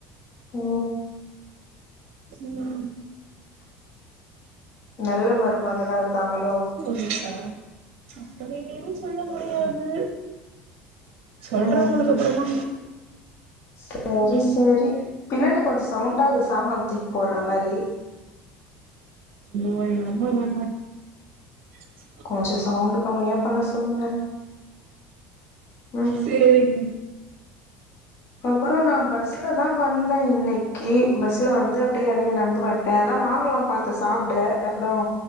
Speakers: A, on the left (about 45°); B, on the right (about 55°).
A: ஓ
B: ம்
A: நல்ல மருமகளா இருக்காங்களோ
B: ஓ இருக்கா அப்புடியு சொல்ல முடியாது சொல்ற
A: ம்
B: உங்களுக்கு அப்புறமா
A: சரி
B: ம்
A: சரி பின்னாடி கொஞ்சோ சவுண்டா இருக்கு சாமான் தூக்கி போடுற மாரி
B: அய்யோ எங்க அம்மாதாங்க <inaudible>
A: கொஞ்சோ சவுண்டு கம்மியா பண்ண சொல்லுங்க ம்
B: சேரிங்
A: அப்புற நா பஸ்ல தா வந்தே இன்னைக்கி பஸ்ல வந் து அப்டியே எறங்கி நடந்து வந்ட்டே எதனா வாங்கலான்னு பாத்த சாப்ட அப்றோ